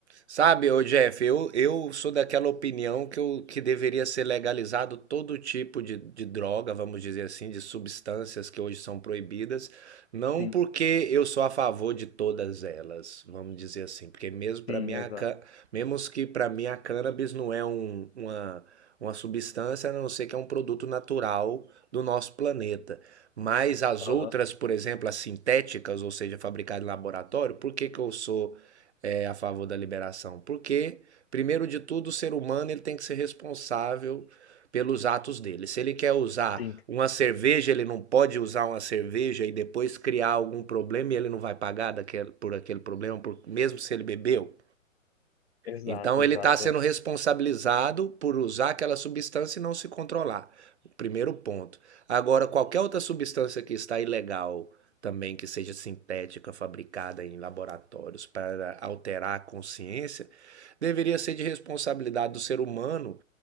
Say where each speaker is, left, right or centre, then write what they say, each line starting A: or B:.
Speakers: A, on the right; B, on the left.
A: Sabe, ô Jeff, eu, eu sou daquela opinião que, eu, que deveria ser legalizado todo tipo de, de droga, vamos dizer assim, de substâncias que hoje são proibidas, não
B: Sim,
A: porque eu sou a favor de todas elas, vamos dizer assim, porque mesmo para
B: sim,
A: mim a,
B: exato.
A: ca- mesmo que para mim a cannabis não é um- uma, uma substância, a não ser que é um produto natural do nosso planeta. Mas as
B: Aham,
A: outras, por exemplo, as sintéticas, ou seja, fabricadas em laboratório, por que que eu sou é, a favor da liberação. Porque, primeiro de tudo, o ser humano ele tem que ser responsável pelos atos dele. Se ele quer usar
B: Sim,
A: uma cerveja, ele não pode usar uma cerveja e depois criar algum problema e ele não vai pagar daquele, por aquele problema, por- mesmo se ele bebeu.
B: exato,
A: Então
B: exato.
A: ele está sendo
B: é.
A: responsabilizado por usar aquela substância e não se controlar. Primeiro ponto. Agora, qualquer outra substância que está ilegal também, que seja sintética, fabricada em laboratórios para alterar a consciência, deveria ser de responsabilidade do ser humano.